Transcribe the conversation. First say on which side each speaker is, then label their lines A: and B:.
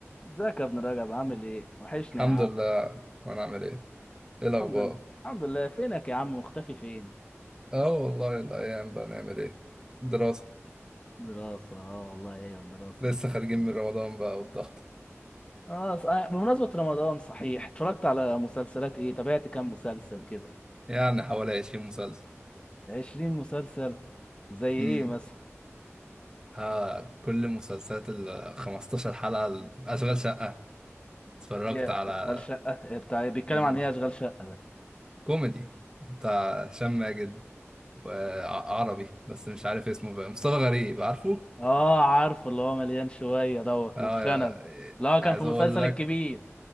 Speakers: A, on the left; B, on the right.
A: ازيك يا ابن رجب عامل ايه؟ وحشني
B: الحمد
A: يا عم
B: لله وانا عامل ايه ايه الاخبار
A: الحمد لله الحمد لله فينك يا عم مختفي فين؟
B: اه والله الايام بقى نعمل ايه دراسة
A: دراسة اه والله هي الدراسة
B: لسه
A: اللي بتبقى
B: خارجين من رمضان بقى والضغط
A: اه ص- آه، بمناسبة رمضان صحيح اتفرجت على مسلسلات ايه؟ تابعت كام مسلسل كده؟
B: يعني حوالي 20 مسلسل
A: 20 مسلسل زي ايه
B: امم
A: مثلا؟
B: ها كل مسلسلات ال 15 حلقة ال- اشغال شقة اتفرجت
A: ايه
B: على
A: اشغال شقة إيه بتاع بيتكلم
B: امم
A: عن ايه اشغال شقة؟
B: كوميدي بتاع هشام ماجد وعربي بس مش عارف اسمه بقى مصطفى غريب عارفه
A: اه عارف اللي هو مليان شوية دوت
B: اه
A: وبشنب
B: يا-
A: اللي هو كان
B: عايز
A: في مسلسل
B: اقول لك
A: الكبير